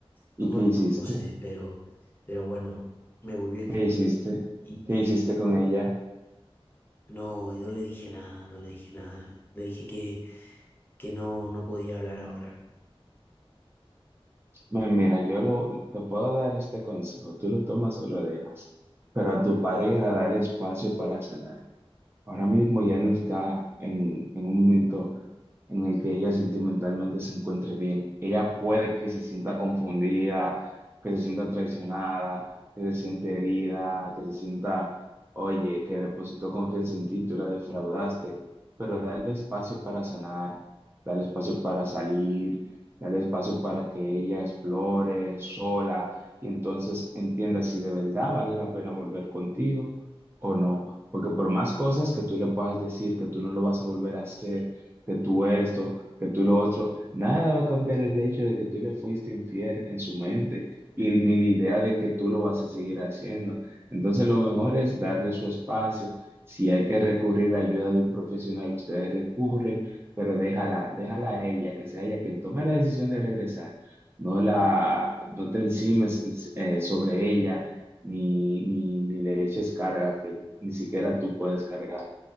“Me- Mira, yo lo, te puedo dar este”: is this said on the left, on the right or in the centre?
Right